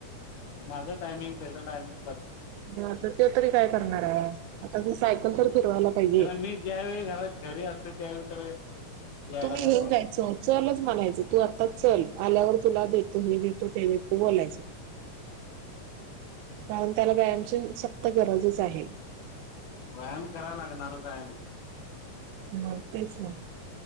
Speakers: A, on the left (about 70°); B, on the right (about 80°).
A: माझं टायमिंग त्याचा, टाइमिंग,
B: आता, ते तरी काय करणार आहे, आता ती सायकल तर फिरवायला, पाहिजे.
A: करणं, मी ज्या वेळी घरात, घरी असतो त्यावेळी तर, यायला
B: तुम्ही
A: काय
B: घेऊन
A: प्रॉब्लेम
B: जायचं.
A: नाही
B: चलच म्हणायचं, तू आता चल, आल्यावर तुला देतो हे, देतो ते देतो तू बोलायच.
A: <unintelligible>
B: कारण त्याला, व्यायामची सक्त गरजच आहे.
A: व्यायाम कराला, लागणार च आहे आणि,
B: मग तेच ना,